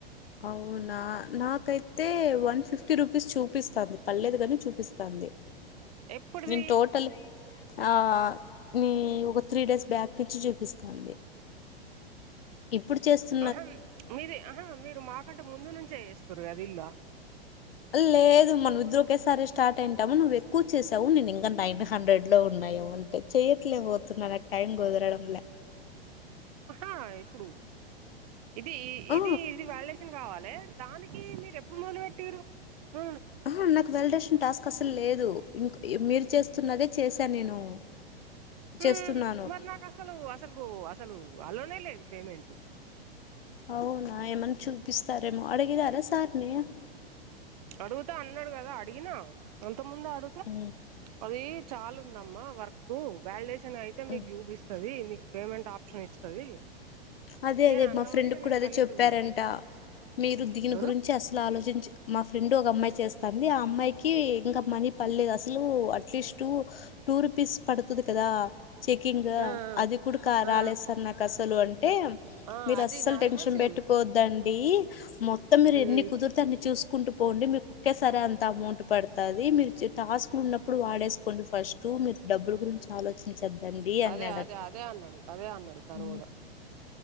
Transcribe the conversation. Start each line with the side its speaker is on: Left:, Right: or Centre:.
Left: అవునా నాకైతే వన్ ఫిఫ్టీ ఫిఫ్టీ రూపీస్ చూపిస్తంది పలేదు కానీ చూపిస్తంది
Right: ఎప్పుడుది
Left: నేను టోటల్ ఆ నీ ఒక త్రీ డేస్ బ్యాక్ నుంచి చూపిస్తాంది ఇప్పుడు చేస్తు
Right: ఆహా ప్చ్ మీది ఆహ మీరు మాకంటే ముందు నుంచే చేస్తురు కద ఇల్లా
Left: లేదు మన ఇద్దరు ఒకేసారి స్టార్ట్ అయింటాము నువ్వు ఎక్కువ చేసావు నేను ఇంకా నైన్ హండ్రెడ్ లో ఉన్నాయ ఒన్ ట్ చెయ్యట్లే లేకపోతున్న నాకు టైం కుదరడం లే
Right: అహా ఇప్పుడు ఇది
Left: ఆ
Right: ఇది ఇది వల్డేషన్ కావాలి దానికి మీరు ఎప్పుడు మొదలుపెట్టిండ్రు ఉ
Left: ఆహ నాకు వెల్డేషన్ టాస్క్ అసలు లేదు ఇం మీరు చేస్తున్నదే చేస్ త నేను
Right: హ్మ్
Left: చేస్తున్నాను
Right: మరి నాకు అసలు అసలుకు అసలు అలోనే లేదు పేమెంట్
Left: అవునా ఏమన్నా చూపిస్తారేమో అడిగినారా సార్ నీ
Right: అడుగుతా అన్నాడు కదా అడిగిన అంత ముందు అడుగుతె
Left: ఊ
Right: అది చాల ఉందమ్మా వర్క్ వాలిడేషన్ అయితే
Left: ఉమ్.
Right: మీకు చూపిస్తది మీకు పేమెంట్ ఆప్షన్ ఇస్తది
Left: అదే
Right: ఈయన
Left: అదే
Right: అన్నవల్ల
Left: మా ఫ్రెండ్
Right: ఇగ
Left: కూడా
Right: నేను
Left: అదే
Right: సైలెంట్
Left: చెప్పారంట
Right: గున్నా
Left: మీరు దిని
Right: ఎవలు
Left: గురించి అసలు ఆలోచించ మా ఫ్రెండ్ ఒక అమ్మాయి చేస్తాంది ఆ అమ్మాయికి ఇంకా మనీ పడలే అసలు at at least two two rupees పడుతుది కదా చెకింగ్
Right: ఆ
Left: అది కూడా
Right: ఆ ఆ
Left: రాలేస్తార్ నాకు అసలు అంటే
Right: ఆ
Left: మీరు
Right: అది
Left: అస్సలు
Right: నాది
Left: టెన్షన్
Right: కూడా సేమ్
Left: పెట్టుకోద్దండి మొత్తం మీరు
Right: హ్మ్
Left: ఎన్ని కుదురు దాన్ని చూసుకుంటూ పోండి మీకు ఒక్కేసారి అంత అమౌంట్ పడుతది మీరు టాస్కులు ఉన్నప్పుడు వాడేసు కోండి ఫస్ట్ మీరు డబ్బులు గురించి ఆలోచించద్దండి అన్యాడంట
Right: అదే అదే అదే అన్నాడు అదే అన్నాడు తను
Left: ఊ
Right: కూడా